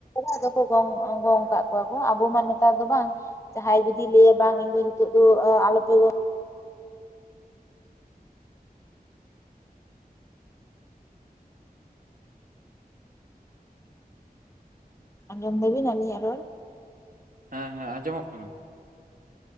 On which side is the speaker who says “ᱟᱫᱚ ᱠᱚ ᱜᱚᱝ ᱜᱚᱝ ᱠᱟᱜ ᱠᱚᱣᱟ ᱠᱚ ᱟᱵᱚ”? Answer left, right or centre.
Left